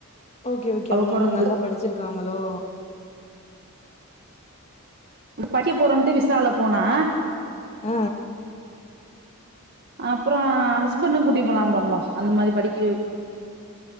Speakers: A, on the left; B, on the right.
A: ஓகே ஓகே
B: அவ
A: அவங்க
B: பொறந்து
A: என்ன நல்லா படிச்சிருக்காங்களோ
B: படிக்க போறோன்ட்டு விசால போனா
A: ஆ
B: அப்றோ ஹஸ்பண்ட்டு கூட்டி போலா போலம்மா அந்த மாரி படிக்க